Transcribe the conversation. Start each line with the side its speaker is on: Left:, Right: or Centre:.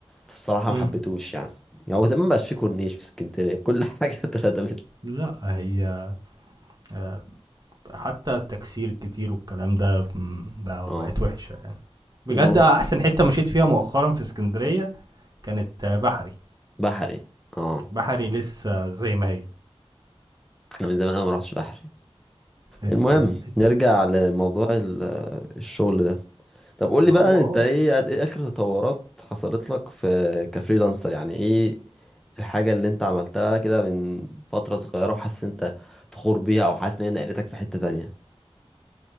Centre: بس بصراحه ما
Right: امم
Centre: حبيتهوش يعني يعني هو تمام مبقاش فيه كورنيش في اسكندريه كل حاجه <laughs> اتردمت
Right: لأ هي آآ حتى التكسير الكتير والكلام ده م بقى
Centre: اه
Right: بقت وحشة يعني. بجد
Centre: المهم
Right: آه، أحسن حتة مشيت فيها مؤخرًا في إسكندرية كانت آه، بحري،
Centre: بحري اه
Right: بحري لسه زي ما هي.
Centre: انا من زمان انا ما رحتش بحري
Right: الت
Centre: المهم
Right: الت
Centre: نرجع لموضوع ال- الشغل ده طب قول
Right: ما
Centre: لي بقى
Right: هو
Centre: انت ايه
Right: آه.
Centre: ايه اخر تطورات حصلت لك في كفريلانسر يعني ايه الحاجة اللي انت عملتها كده من فترة صغيرة وحاسس إن انت فخور بيها او حاسس ان هي نقلتك في حتة تانية